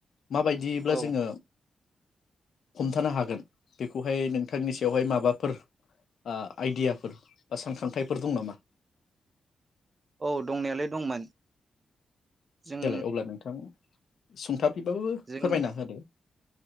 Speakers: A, on the left; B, on the right.
A: माबायदिब्ला
B: औ
A: जोङो हमथानो हागोन बेखौहाय नोंथांनि सायावहाय माबाफोर ओ आइडियाफोर बा सानखांथाइफोर दं नामा
B: औ दंनायालाय दंमोन जों
A: देलाय अब्ला नोंथां सुंथाब <inaudible> बाबो
B: जों
A: फोरमायना होदो